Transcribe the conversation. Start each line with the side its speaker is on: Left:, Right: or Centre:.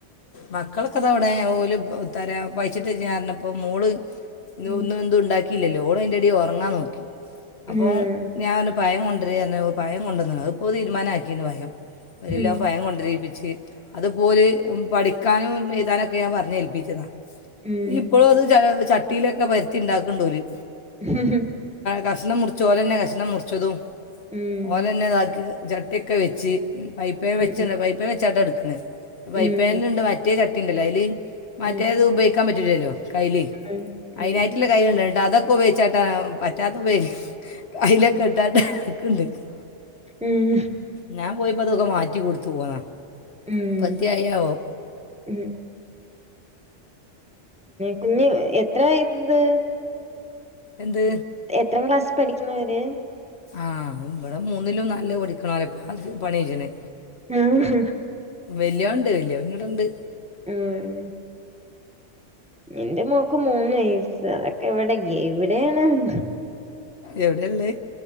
Left: മക്കളൊക്കെ ദാവടെ ഓൽ എത്തറിയ പയിച്ചിട്ട് പറഞ്ഞപ്പം മോൾ ന്ന്
Centre: ഉം
Left: ഒന്നും എന്തുണ്ടാക്കിയില്ലല്ലോ ഓൾ അതിന്റെ എടേൽ ഉറങ്ങാൻ നോക്കി
Centre: ഉം
Left: അപ്പം ഞാൻ പറഞ്ഞ് പയം കൊണ്ടരി പറഞ്ഞപ്പോ പയം കൊണ്ടന്ന്ണ് അത്പ്പോ തീരുമാനക്കീണ് പയം ഒരു
Centre: ഉം
Left: കിലോ പയം കൊണ്ടിരിപ്പിച്ച് അത്പ്പോൽ പഠിക്കാനും എഴുതാനൊക്കെ ഞാൻ പറഞ്ഞ് ഏൽപ്പിച്ചതാ
Centre: ഉം
Left: ഇപ്പളും അത് ചട്ടിയിലൊക്കെ പര്ത്തി ഇണ്ടാക്ക്ണ്ട് ഓര്
Centre: <unintelligible>
Left: കഷ്ണം മുറിച്ചു ഓലന്നെ കഷ്ണം മുറിച്ചതും
Centre: ഉം
Left: ഓലന്നെ ഇതാക്കി ചട്ടിയൊക്കെ വെച്ച് ഫ്രൈപ്പേൻ
Centre: ഉം
Left: വച്ചിന് ഫ്രൈപ്പേൻ വെച്ചാട്ട എടുക്കണ് ഫ്രൈപ്പേൻ
Centre: ഉം
Left: ണ്ട് മറ്റേ ചട്ടിണ്ടല്ലോ അതില് മറ്റേത്
Centre: ഉം
Left: ഉപയോഗിക്കാൻ പറ്റില്ലല്ലോ കയ്ൽ
Centre: ഉം ഉം
Left: അയി കൈയിലുണ്ട്ട്ടോ അതൊക്കെ ഉപയോഗിച്ചാട്ടാ പറ്റാത്ത കയ്ലൊക്കെ <unintelligible>
Centre: ഉം
Left: ഞാൻ പോയിപ്പോ അതൊക്കെ മാറ്റി കൊടുത്തു പോന്നാ
Centre: ഉം
Left: പ്പാത്തി ആയോ ആവോ
Centre: ഉം കുഞ്ഞ് എത്ര ആയിട്ടുണ്ട്
Left: എന്ത്
Centre: എത്രാം ക്ലാസ്സിൽ പഠിക്കണവര്
Left: ആഹ് വടെ മൂന്നിലും നാലിലും പഠി പണി ചെയ്യണേ
Centre: ആഹ്
Left: വലിയോന്ണ്ട് വലിയോന് ഇവിടൊണ്ട്
Centre: ഉംഹ് എന്റെ മോക്ക് മൂന്ന് വയസ്സ് അതൊക്കെ എവിടെ ഇവിടെയാണോ എന്തോ
Left: എവിടെള്ളേ